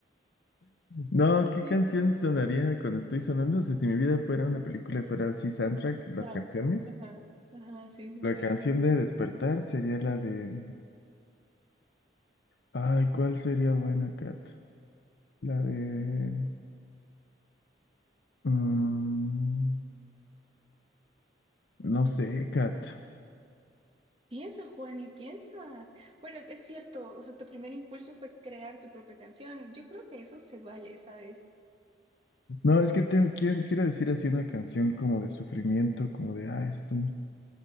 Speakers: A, on the left (about 70°); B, on the right (about 30°).
A: no,
B: Contigo.
A: ¿qué canción sonaría cuando estoy sonando? O sea, si mi vida fuera una película y fuera así soundtrack, las
B: Ajá,
A: canciones.
B: ajá, ajá, sí, sí,
A: La
B: sí.
A: canción de Despertar sería la de... Ay, ¿cuál sería buena, Kat? La de... mm, no sé, Kat.
B: Piensa, Juani, piensa. Bueno, es cierto, o sea, tu primer impulso fue crear tu propia canción. Yo creo que eso se vale, ¿sabes?
A: No, es que tengo, quiero, quiero decir así una canción como de sufrimiento, como de... Ah, esto... no".